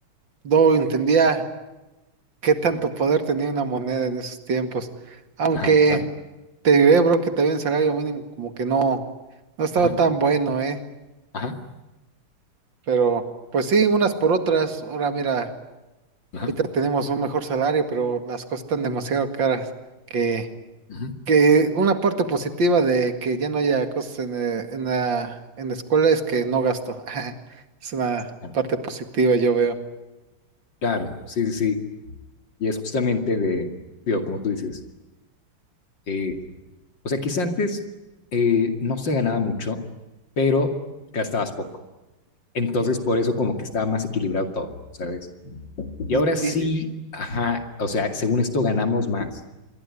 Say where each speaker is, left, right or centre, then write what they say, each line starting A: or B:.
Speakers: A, on the right; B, on the left.
A: no entendía qué tanto poder tenía una moneda en esos tiempos. Aunque
B: ajá, claro.
A: te diré, bro, que también el salario mínimo como que no, no estaba
B: Ajá,
A: tan bueno, ¿eh?
B: ajá,
A: Pero pues sí, unas por otras. Ahora mira,
B: ajá.
A: ahorita tenemos un mejor salario, pero las cosas están demasiado caras que...
B: ujú,
A: Que una parte positiva de que ya no haya cosas en, eh, en la, en la escuela es que no gasto. <laughs> Es una
B: Claro,
A: parte positiva, yo veo.
B: Claro, sí, sí, sí. Y es justamente de, digo, como tú dices, eh, o sea, quizá antes eh, no se ganaba mucho, pero gastabas poco. Entonces, por eso como que estaba más equilibrado todo, ¿sabes? Y
A: Y,
B: ahora sí,
A: y-
B: ajá, o sea, según esto ganamos más,